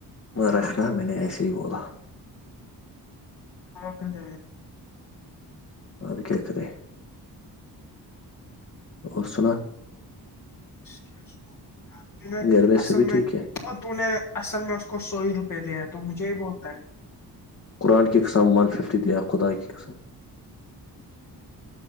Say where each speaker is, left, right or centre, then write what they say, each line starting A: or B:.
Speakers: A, on the left (about 35°); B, on the left (about 55°).
A: رکھنا میں نے ایسے ہی بولا
B: اورک ج
A: آپ بھی کیا کر رہ ہیں اور سنا
B: کیا میں
A: گھر
B: اصل
A: سے بھی
B: میں
A: ٹھیک ہے
B: اور تو نے اصل میں اس کو سو ہی روپے دیا ہے تو مجھے یہ بولتا ہے
A: قرآن کی قسم ون ففٹی دےیا خداائے کی قسم